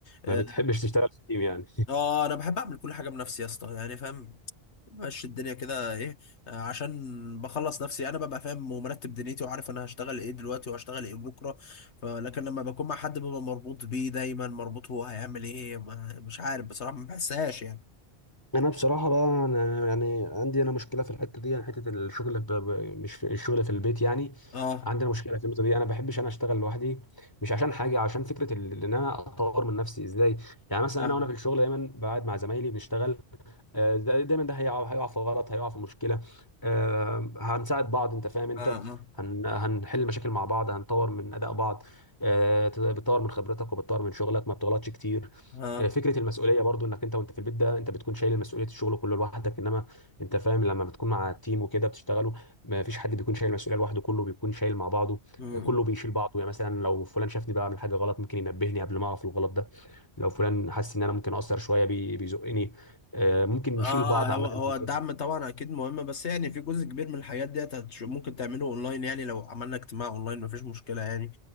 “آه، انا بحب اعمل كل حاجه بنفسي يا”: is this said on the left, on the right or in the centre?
Left